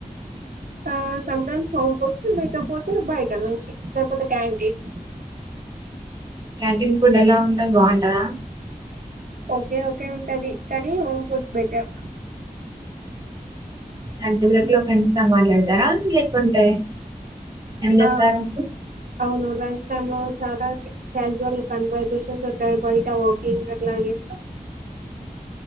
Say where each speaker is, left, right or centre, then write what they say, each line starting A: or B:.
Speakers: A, on the right; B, on the right.
A: ఆ సమ్టైమ్స్ సోం ఫుడ్ లేకపోతే బయట నుంచి లేకపోతే క్యాంటీన్
B: క్యాంటీన్ ఫుడ్ ఎలా ఉంటది బాగుంటదా
A: ఓకె ఓకె ఉంటది కానీ హోమ్ ఫుడ్ బెటర్
B: అండ్ చివరెక్ లో ఫ్రెండ్స్ తో మాట్లాడతారా లేకుంటే ఏం చేస్తారు
A: ఆ అవును లంచ్ టైమ్ లో చాల క్యాజువల్ కన్వర్సేషన్స్ ఉంటాయి బయట వాకింగ్ అట్ల చేస్తామ్